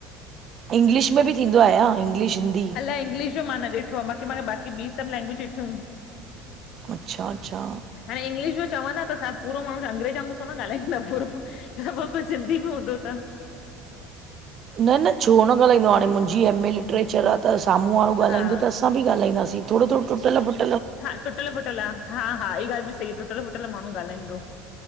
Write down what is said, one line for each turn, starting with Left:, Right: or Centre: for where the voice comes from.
Right: इंग्लिश में बि थींदो आया, इंग्लिश, हिंदी?
Left: अलाए इंग्लिश जो मां न ॾिठो आ, बाक़ी मा बाक़ी ॿी सभु लैंग्वेज ॾिठियूं।
Right: अच्छा अच्छा
Left: हाणे इंगलिश‌‌ जो चवंदा त सभु पूरो माण्हू अंग्रेज वांगुर थोडो न ॻाल्हाईंदा पूरो। सभु कुझु सिंधी बि हूंदो त।
Right: न न छो न ॻाल्हाईंदो हाणे मुंहिंजी एमए लिटरेचर आ त साम्हूं वारो ॻाल्हाईंदो
Left: हा
Right: तसि अंसा बि ॻालाईंदासीं, थोडो थोडो टुटल-फुट
Left: हा टुटल-फुटल हा हा ऐ ॻाल्हि बि सही आ टुटल फुटल माण्हू ॻाल्हाईंदो।